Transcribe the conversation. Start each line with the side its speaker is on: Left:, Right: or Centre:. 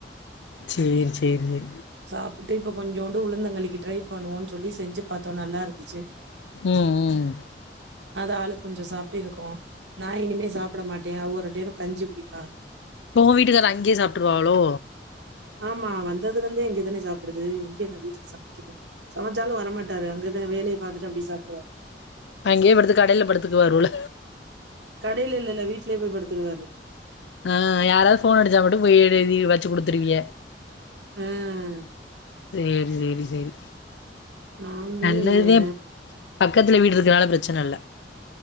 Left: சேரி சேரி
Right: சாப்புட்டு இப்ப கொஞ்சோண்டு உளுந்தங்களிக்கு ட்ரை பண்ணுவோன்னு சொல்லி செஞ்சு பாத்தோ நல்லா இருந்துச்சு
Left: ம் ம்
Right: அத ஆளுக் கொஞ்சோ சாப் ப்டி இருக்கு நா இனிமே சாப்ட மாட்டே அவுக ரெண்டேரு கஞ்சி குடிப்பாக
Left: ஓ வீட்டுக்காரு அங்கயே சாப்டுருவாவளோ
Right: ஆமா வந்ததுலருந்தே இங்கேதான சாப்புடுது எங்கே நா வீட்ல சமைக்கிறே சமைச்சாலு வரமாட்டாரு அங்கதா வேலைய பாத்துட்டு அப்டியே சாப்டுருவார்
Left: அங்கயே படுத்து கடேல படுத்துக்குவாரு உள
Right: கடேல இல்லல்ல வீட்லயே போய் படுத்துருவாரு
Left: ஆ யாராவது ஃபோன் அடிச்சா மட்டு போய் எழுதி வச்சு குடுத்துருவீய
Right: ம்
Left: சேரி சேரி சேரி
Right: நாம்ளே
Left: நல்லதுதே
Right: ய
Left: பக்கத்துல வீடு இருக்கனால பிரெச்சன இல்ல